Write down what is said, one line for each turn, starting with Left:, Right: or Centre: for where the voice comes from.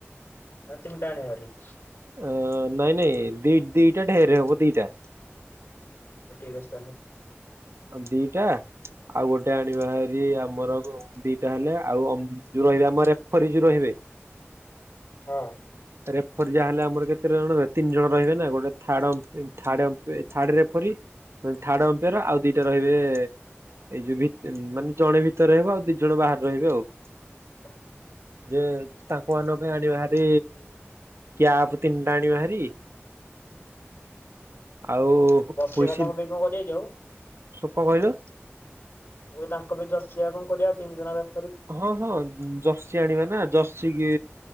Left: ନା ତିନଟା ଆଣିବା ହେରି।
Right: ଉଁ ନାଇଁ ନାଇଁ ଦି ଦି ଦିଟା ଢେର ହବ ଦିଟା।
Left: ହ ଠିକ ଅଛି ତାହେଲେ।
Right: ଦିଟା ଆଉ ଗୋଟେ ଆଣିବାହେରି ଆମର ଗ ଦିଟା ହେଲେ ଆଉ ହମ୍ ଯଉ ରହିବେ ଆମର ରେଫରି ଯଉ ରହିବେ।
Left: ହଁ।
Right: ରେଫରି ଯା ହେଲେ ଆମର କେତେ ଜଣ ରହିବେ ତିନି ଜଣ ରହିବେ ନା ଗୋଟେ ଥାର୍ଡ଼ ଏ third third referee third umpire ଆଉ ଦିଟା ରହିବେ ଏଇ ଯୋଉ ଭିତ-ମାନେ ଜଣେ ଭିତରେ ରହିବ ଆଉ ଦି ଜଣ ବାହାରେ ରହିବେ ଆଉ।
Left: ହ
Right: ଯେ ତାଙ୍କ ମାନଙ୍କ ପାଇଁ ଆଣିବା ହେରି କପତିନ ଟାଣି ମହାରାରି ଆଉ
Left: ଜର୍ସି
Right: ହୁଇସି
Left: ହେରିକା ତାଙ୍କ ପାଇଁ କଣ କରିବା କି ଆଉ
Right: ଚକ କହିଲୁ
Left: ମୁଁ ତାଙ୍କ ବି ଜର୍ଶଆ କଣ କରିବା ତିନି ଜଣ ର
Right: ହଁ ହଁ ଜର୍ସି ଆଣିବା ନା ଜର୍ସି କି